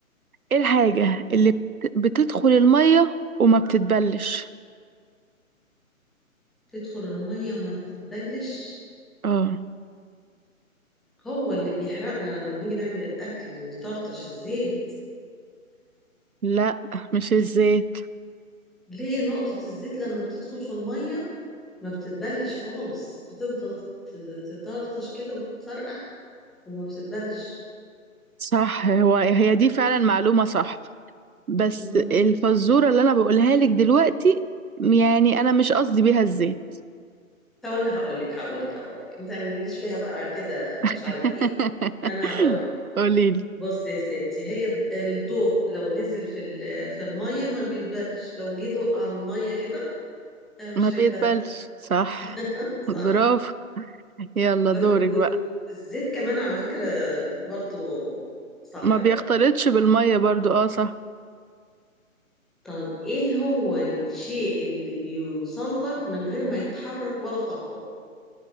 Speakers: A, on the right; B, in the centre.
A: ايه الحاجة اللي بت... بتدخل المية وما بتتبلش
B: تدخل المية وما تتبلش
A: اه
B: هو اللي بيحرقنا لما بنيجي نعمل الاكل ويطرطش الزيت
A: لا مش الزيت
B: ليه نقطة الزيت لما بتدخل في المية ما بتتبلش خالص بتفضل ت- تطرطش كده وتفرقع وما بتتبلش
A: صح هو هي دي فعلا معلومة صح بس
B: مم.
A: الفزورة اللي انا بقولها لك دلوقتي يعني انا مش قصدي بيها الزيت
B: طب انا هقول لك هقول لك هقول لك ما تعمليليش فيها بقى كده مش
A: <laughs>
B: عارف ايه انا هقول لك
A: قوليلي
B: بص يا ستي هي الض- الضوء لو نزل في ال- في المية ما بيتبلش لو جه ضوء على المية كده آه،
A: ما
B: مش
A: بيتبلش
B: هيتبل
A: صح
B: <laughs>
A: برافو
B: صح
A: يلا
B: ب-
A: دورك
B: والزيت
A: بقى
B: كمان على فكرة برضو صح
A: ما بيختلطش
B: برضو
A: بالمية برضو اه صح
B: طب ايه هو الشيء اللي بيوصل لك من غير ما يتحرك ولا خطوة